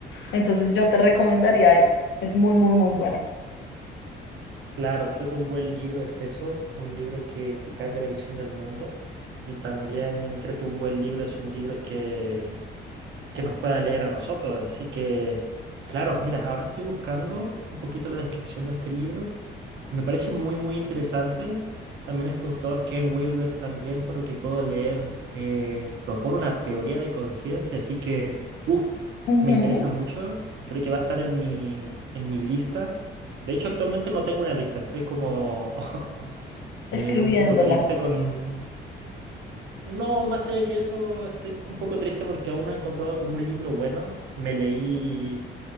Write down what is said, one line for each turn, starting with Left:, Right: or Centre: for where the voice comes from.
Left: Entonces yo te recomendaría eso. Es muy, muy, muy bueno.
Right: Claro, creo que un buen libro es eso. Un libro que te cambia la visión del mundo. Y también creo que un buen libro es un libro que que nos pueda leer a nosotros. Así que, claro, mira, ahora estoy buscando un poquito la descripción de este libro. Me parece muy, muy interesante. También este autor, Ken Wilber, también, por lo que puedo leer, eh, propone una teoría de conciencia. Así que, uff,
Left: Ujú,
Right: me interesa mucho. Creo que va a estar en mi, en mi lista. De hecho, actualmente no tengo una lista. Estoy como <laughs>
Left: Escribiéndola.
Right: eh, un poco triste con, no, más allá que eso, estoy un poco triste porque aún no he encontrado como un libro bueno. Me leí,